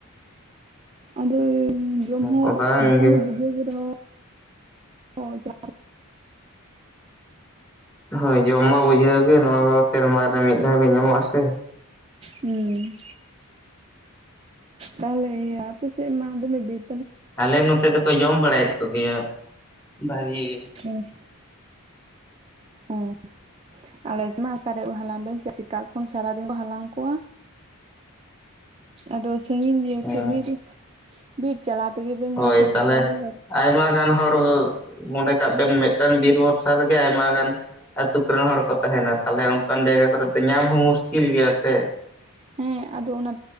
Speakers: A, on the right; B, on the left.
A: ᱟᱫᱚ ᱡᱚᱢ ᱦᱚᱸ
B: ᱦᱮᱸ ᱵᱟᱝᱜᱮ
A: ᱡᱚᱢ ᱦᱚᱸ ᱵᱩᱡᱟᱹᱣ ᱜᱮ ᱨᱮᱦᱚ, ᱦᱳᱭ <inaudible>
B: ᱦᱳᱭ, ᱡᱚᱢ ᱢᱟ ᱵᱩᱡᱷᱟᱹᱣ ᱜᱮ, ᱱᱚᱣᱟ ᱠᱚ ᱥᱮᱨᱢᱟ ᱨᱮ ᱢᱤᱫ ᱫᱷᱟᱣ ᱜᱮ ᱧᱟᱢᱚᱜᱼᱟ, ᱥᱮ᱾
A: ᱩᱸ, ᱛᱟᱦᱞᱮ ᱤᱭᱟᱹ ᱟᱯᱮ ᱥᱮᱜ ᱢᱟ ᱫᱚᱢᱮ ᱵᱤᱡ
B: ᱟᱞᱮ ᱱᱚᱛᱮ ᱫᱚᱠᱚ ᱡᱚᱢ ᱵᱟᱲᱟᱭᱮᱫ ᱠᱚᱜᱮᱭᱟ ᱵᱷᱟᱜᱤ ᱜᱮ,
A: ᱦᱩᱸ, ᱚ ᱾ ᱟᱞᱮ ᱥᱮᱫᱢᱟ ᱚᱠᱟᱨᱮ ᱩᱫ ᱦᱟᱞᱟᱝ ᱵᱮᱱ ᱥᱮ ᱥᱮᱛᱟᱜ ᱠᱷᱚᱱ ᱥᱟᱨᱟᱫᱤᱱ ᱵᱚᱱ ᱦᱟᱞᱟᱝ ᱠᱚᱣᱟ, ᱟᱫᱚ ᱥᱟᱺᱜᱤᱧ ᱜᱮᱭᱟ
B: ᱦᱮᱸ
A: ᱥᱮ ᱵᱤᱨ, ᱵᱤᱨ ᱪᱟᱞᱟᱣ ᱛᱮᱜᱮ ᱵᱮᱱ
B: ᱦᱳᱭ
A: ᱧᱮᱞ ᱠᱚᱣᱟ
B: ᱛᱟᱦᱚᱞᱮ
A: ᱜᱚᱴᱟᱮ ᱦᱚᱲ,
B: ᱟᱭᱢᱟ ᱜᱟᱱ ᱦᱚᱲ ᱢᱚᱱᱮ ᱠᱟᱜ ᱵᱮᱱ ᱢᱤᱫᱴᱟᱝ ᱵᱤᱨ ᱵᱷᱚᱨᱥᱟ ᱨᱮᱜᱮ ᱟᱭᱢᱟ ᱜᱟᱱ, ᱟᱛᱩ ᱠᱚᱨᱮᱱ ᱦᱚᱲ ᱠᱚ ᱛᱟᱦᱮᱸᱱᱟ ᱛᱟᱦᱞᱮ ᱚᱱᱠᱟᱱ ᱡᱟᱭᱜᱟ ᱠᱚᱨᱮ ᱫᱚ ᱧᱟᱢ ᱦᱚᱸ ᱢᱩᱥᱠᱤᱞ ᱜᱮᱭᱟ ᱥᱮ,
A: ᱦᱮᱸ ᱟᱫᱚ ᱚᱱᱟ